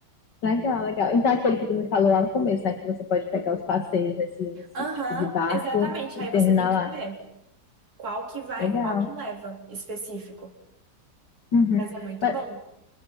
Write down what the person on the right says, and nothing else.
Aham,
exatamente.
Aí
você tem que
ver qual que vai,
qual que leva específico.
Mas é muito
bom.